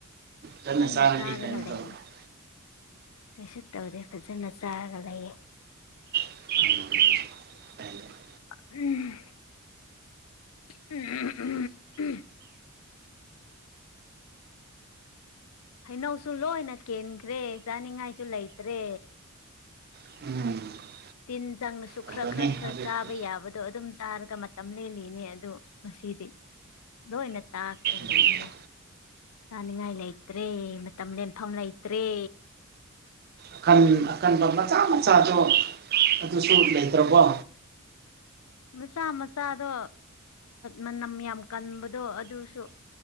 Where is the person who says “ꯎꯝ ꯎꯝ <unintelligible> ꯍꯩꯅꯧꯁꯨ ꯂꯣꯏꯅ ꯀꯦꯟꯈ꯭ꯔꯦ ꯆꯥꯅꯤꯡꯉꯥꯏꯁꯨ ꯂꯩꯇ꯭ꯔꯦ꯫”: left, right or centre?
Left